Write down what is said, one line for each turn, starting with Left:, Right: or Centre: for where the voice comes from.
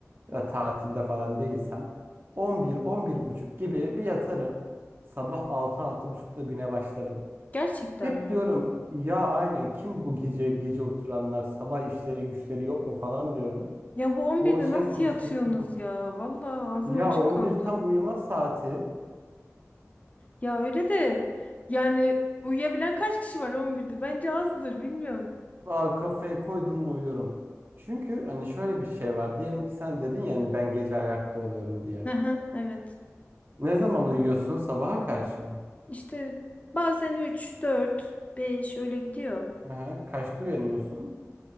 Right: ya da tatilde falan değilsem 11 11 buçuk gibi bir yatarım. Sabah 6 6 buçukta güne başlarım.
Left: gerçekten
Right: Hep
Left: mi?
Right: diyorum ya aynen kim bu gece gece oturanlar sabah işleri güçleri yok mu falan diyorum.
Left: Ya bu on
Right: Bu
Left: birde
Right: şey
Left: nasıl
Right: konusunda
Left: yatıyorsunuz
Right: Hah.
Left: ya? Vallahi ağzım
Right: ya
Left: açık
Right: 11
Left: kaldı.
Right: tam uyuma saati.
Left: Ya öyle de yani uyuyabilen kaç kişi var on birde Bence azdır bilmiyorum.
Right: Aa, kafayı koydum mu uyuyorum. Çünkü hani şöyle bir şey var. Diyelim ki sen dedin ya hani ben gece ayakta oluyorum diye.
Left: Aha, evet.
Right: Ne zaman uyuyorsun? Sabaha karşı mı?
Left: İşte bazen 3 4 5 öyle gidiyor.
Right: Aha, kaçta uyanıyorsun?